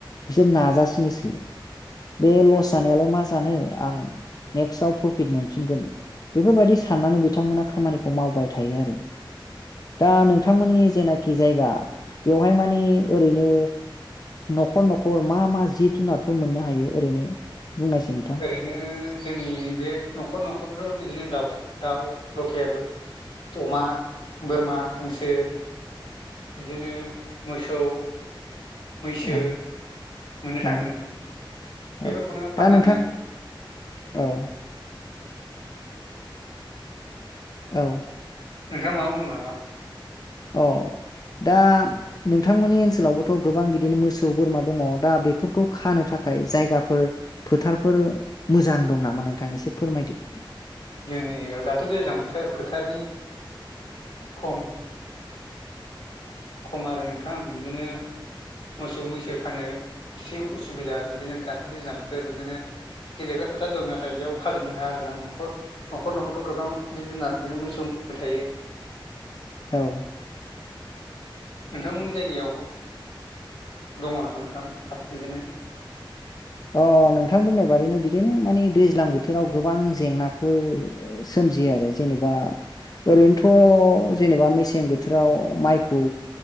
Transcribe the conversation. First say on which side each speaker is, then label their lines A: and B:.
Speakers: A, on the left; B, on the left.
A: बिसोर नाजासिनोसै बे लस जानायालाय मा जानो आं नेक्स्टाव प्रफिट मोनफिनगोन बेफोरबायदि साननानै बिथांमोना खामानिखौ मावबाय थायो आरो दा नोंथांमोननि जेनाखि जायगा बेवहाय माने ओरैनो न'खर न'खर मा मा जिब जुनारफोर मोननो हायो ओरैनो? बुंनायसै नोंथां
B: ओरैनो जोंनि बे न'खर न'खर बिदिनो दाउ दाउ लकेल अमा, बोरमा, हांसो। बिदिनो मोसौ, मैसो
A: औ
B: मोननो थाङो
A: औ
B: नोंथां। बेफोरखौनो
A: औ
B: फाननानै
A: दा नोंथां औ औ।
B: नोंथाङा माबा बुंदोंमोन नामा?
A: अह। दा नोंथांमोननि ओनसोलावबोथ' गोबां बिदिनो मोसौ, बोरमा दङ, दा बेफोरखौ खानो थाखाय जायगाफोर, फोथारफोर मोजां दं नामा नोंथां एसे फोरमायदो।
B: जोंनि जायगायाव दाथ' दैज्लां बोथोर फोथारनि खम खम आरो नोंथां। बिदिनो मोसौ मैसो खानो एसे उसुबिदा बिदिनो दाथ' दैज्लां बोथोर, बिदिनो गेलेग्रा फोथार दं। नाथाय बेयाव खाजोबनो हाया आरो ना। न'खर न'खर न'खरथ' गोबां जिब जुनार बिदिनो मोसौ मो थायो।
A: औ।
B: नोंथांमोननि जायगायाव दङ नामा नोंथां था बिदिनो?
A: अह नोंथां बुंनाय बादिनो बिदिनो माने दैज्लां बोथोराव गोबां जेंनाफोर सोम जियो आरो जेनेबा ओरैनोथ' जेनेबा मेसें बोथोराव माइखौ